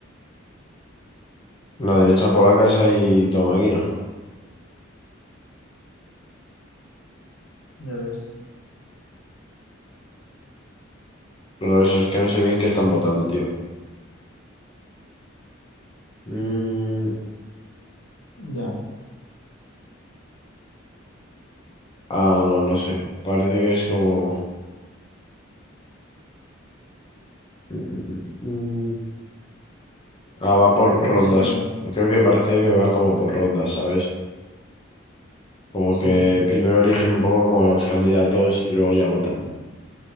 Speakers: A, on the left; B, on the left.
A: La derecha polaca es ahí toda máquina.
B: ya ves.
A: Pero eso es que no sé bien qué están votando, tío. Mm,
B: Ya.
A: ah, no, no sé. Parece que es como... Mm, mm, mm, mm. Ah, va por
B: Pero
A: rondas.
B: sí que.
A: Creo que parece que va como por rondas, ¿sabes? Como
B: Sí,
A: que primero eligen un poco como a los candidatos y luego ya votan.